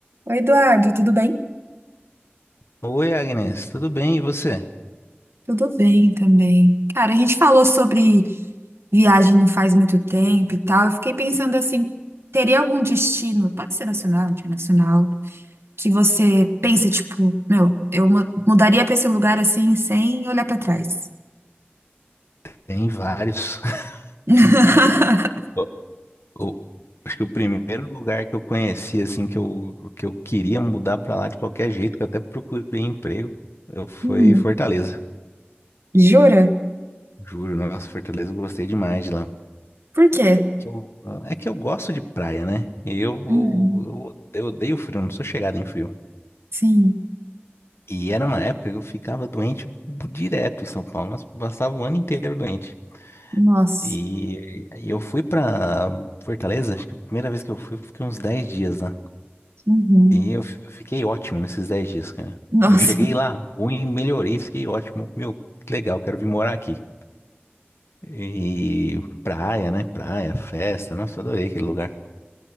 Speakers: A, on the right; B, on the left.
A: Oi, Eduardo, tudo bem?
B: Oi, Agnes, tudo bem? E você?
A: Tudo bem também. Cara, a gente falou sobre viagem não faz muito tempo e tal. Eu fiquei pensando assim, teria algum destino, pode ser nacional, internacional, que você pensa, tipo, meu, eu mu- mudaria pra esse lugar assim, sem olhar pra trás.
B: Tem vários. <laughs>
A: <laughs>
B: O- o- acho que o primeiro lugar que eu conheci, assim, que eu, que eu queria mudar pra lá de qualquer jeito, que eu até procurei emprego, eu foi
A: Hum,
B: Fortaleza.
A: Jura?
B: Juro, nossa, Fortaleza eu gostei demais de lá.
A: Por quê?
B: Que eu- é que eu gosto de praia, né? E Eu, eu,
A: uhum,
B: eu odeio frio, não sou chegado em frio.
A: sim,
B: E era uma época que eu ficava doente direto em São Paulo, mas passava o ano inteiro doente.
A: nossa,
B: E, e eu fui pra Fortaleza, acho que a primeira vez que eu fui, eu fiquei uns 10 dias lá.
A: Uhum.
B: E eu f- eu fiquei ótimo nesses 10 dias, cara.
A: Nossa.
B: Eu cheguei lá, ruim, melhorei, fiquei ótimo. Meu, que legal, quero vir morar aqui. E praia, né? Praia, festa, nossa, eu adorei aquele lugar.